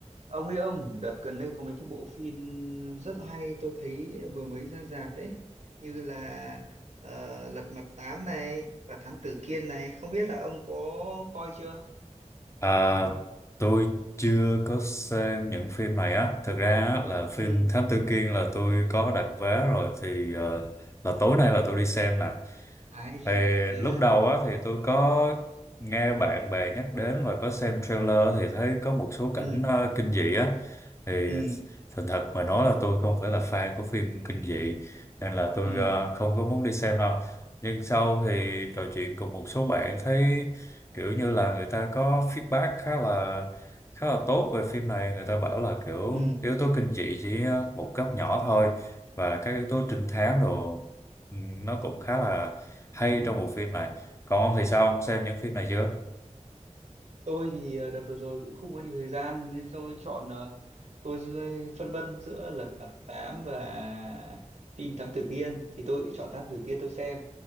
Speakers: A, on the right; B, on the left.
A: ông ấy ông đợt gần đây có mấy cái bộ phim rất hay tôi thấy vừa mới ra rạp đấy như là ờ, Lật Mặt Tám này và Thám Tử Kiên này không biết là ông có coi chưa
B: À, tôi chưa có xem những phim này á. Thực ra á, là phim
A: ừ
B: Thám Tử Kiên là tôi có đặt vé rồi thì ờ, là tối nay là tôi đi xem nè.
A: ái
B: Thì
A: chà
B: lúc
A: ừ
B: đầu á thì tôi có nghe bạn bè nhắc đến và có xem trailer thì thấy có một số cảnh
A: ừ
B: ờ, kinh dị á. Thì
A: ừ
B: thành thật mà nói là tôi không phải là fan của phim kinh dị nên là tôi
A: ừ
B: ờ, không có muốn đi xem đâu. Nhưng sau thì trò chuyện cùng một số bạn thấy kiểu như là người ta có feedback khá là khá là tốt về phim này người ta bảo là kiểu
A: ừ
B: yếu tố kinh dị chỉ ờ, một cấp nhỏ thôi và các yếu tố trinh thám đồ ừ, nó cũng khá là hay trong bộ phim này còn ông thì sao ông xem những phim này chưa
A: tôi thì ờ, đợt vừa rồi cũng không có nhiều thời gian nên tôi chọn ờ, tôi rơi- phân vân giữa Lật Mặt Tám và phim Thám Tử Kiên thì tôi cũng chọn Thám Tử Kiên tôi xem